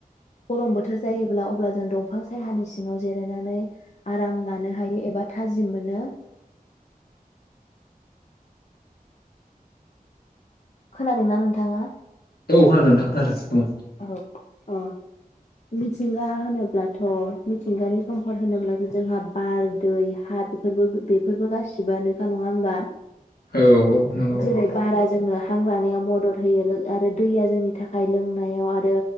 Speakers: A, on the left; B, on the left.
A: गरम बोथोर जायोब्ला अब्ला जों दंफां सहानि सिङाव जिरायनानै आराम लानो हायो एबा थाजिम मोनो। खोनादोंना नोंथाङा?
B: औ खोनादों नोंथां खोनादों बुं।
A: औ अ मिथिंगा होनोब्लाथ' मिथिंगानि सम्पद होनोब्लाथ' जोंहा बार दै हा बिफोरबो बेफोरबो गासिबोआनोखा नङा होमबा?
B: औ औ नंगौ।
A: जेरै बारा जोंनो हां लानायाव मदद होयो लोगो आरो दैया जोंनि थाखाय लोंनायाव आरो